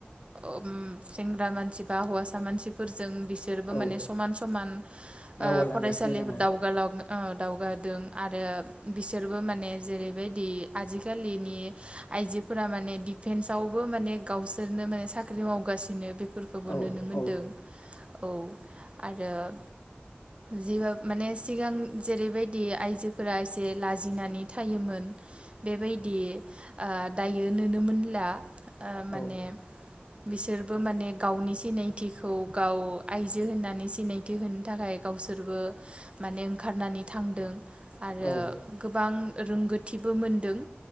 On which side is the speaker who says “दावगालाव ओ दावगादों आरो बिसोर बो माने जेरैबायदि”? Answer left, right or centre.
Right